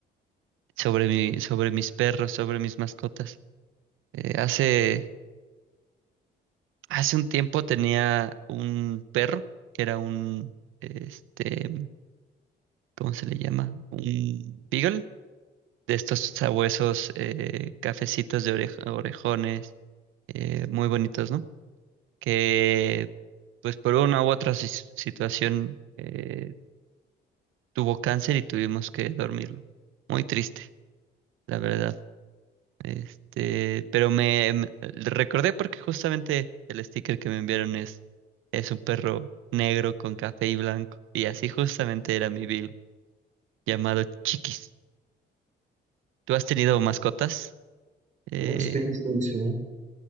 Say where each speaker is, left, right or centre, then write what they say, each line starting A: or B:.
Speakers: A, on the right; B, on the right.
A: sobre mi, sobre mis perros, sobre mis mascotas. Eh, hace, hace un tiempo tenía un perro que era un, este, ¿cómo se le llama? Un beagle de estos sabuesos eh, cafecitos de orej- orejones, eh, muy bonitos, ¿no? Que pues por una u otra sis- situación eh, tuvo cáncer y tuvimos que dormirlo. Muy triste, la verdad. Este, pero me, me- recordé porque justamente el sticker que me enviaron es, es un perro negro con café y blanco. Y así justamente era mi Bill, llamado Chiquis. ¿Tú has tenido mascotas? Eh,
B: Mm, Sí, sí, sí.